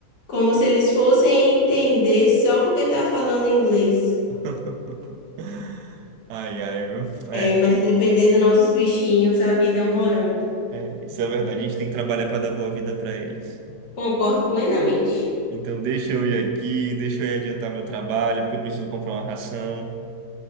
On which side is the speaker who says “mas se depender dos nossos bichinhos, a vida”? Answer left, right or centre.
Left